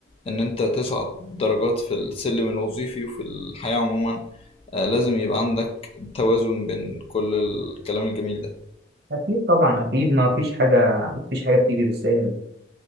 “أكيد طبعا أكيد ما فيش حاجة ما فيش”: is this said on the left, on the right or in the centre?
Right